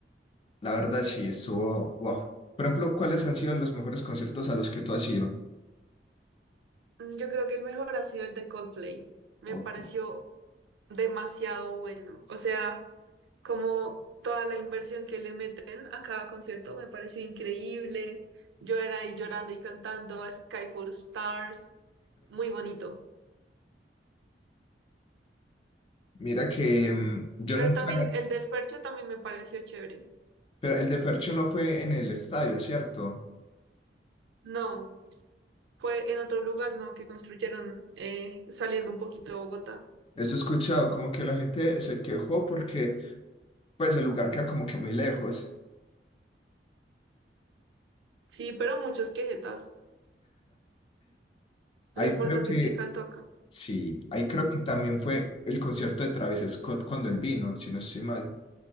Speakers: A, on the left; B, on the right.
A: La verdad sí, estuvo wow. Por ejemplo, ¿cuáles han sido los mejores conciertos a los que tú has ido?
B: Mm, Yo creo que el mejor ha sido el de Coldplay. Me
A: O-
B: pareció demasiado bueno. O sea, como toda la inversión que le meten a cada concierto me pareció increíble. Yo era ahí llorando y cantando a Skyfall Stars, muy bonito.
A: Mira que mm, yo
B: Pero
A: nunca,
B: también el del Fercho también me pareció chévere.
A: pero el de Fercho no fue en el estadio, ¿cierto?
B: No, fue en otro lugar, ¿no? Que construyeron eh, saliendo un poquito de Bogotá.
A: Eso he escuchado, como que la gente se quejó porque pues el lugar queda como que muy lejos.
B: Sí, pero muchos quejetas. Lo
A: Ahí
B: importante
A: creo que,
B: es que canto acá.
A: sí, ahí creo que también fue el concierto de Travis Scott cuando él vino, si no estoy mal.